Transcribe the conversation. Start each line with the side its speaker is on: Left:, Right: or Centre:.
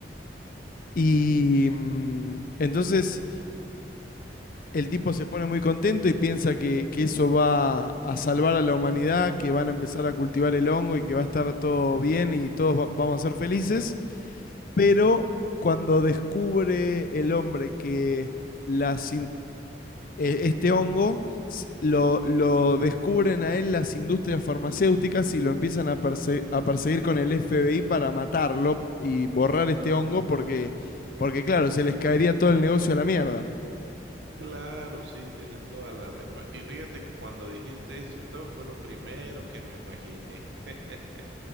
Left: Y mm, entonces El tipo se pone muy contento y piensa que, que eso va a salvar a la humanidad, que
Right: Ujú,
Left: van a empezar a cultivar el hongo y que va a estar todo bien y todos va- vamos a ser felices. Pero cuando descubre el hombre que las in- e- este hongo s-
Right: Sí.
Left: lo, lo descubren a él las industrias farmacéuticas y lo empiezan a, perse- a perseguir con el FBI para matarlo y borrar este hongo porque, porque claro, se les caería todo el negocio a la mierda.
Right: Claro, sí, tienes toda la... ra- Y me- y fíjate que cuando dijiste eso y todo fue lo primero que me imaginé. <laughs>